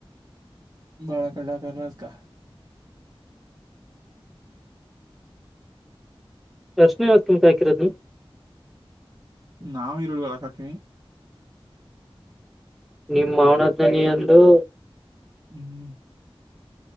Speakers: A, on the right (about 40°); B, in the centre.
A: ಬಳ ಕಡಾಕಣ ಕ
B: ದರ್ಶನೆ ಯಕಮಟು ಹಾಕಿರೋದು
A: ನಾವವು ಇರುಳ್ಳ ಅ ಕಾಕಿ
B: ನಿಮ್ಮ ಅವನ್ದನಿ ಅಂದರು
A: ಹ್ಮ್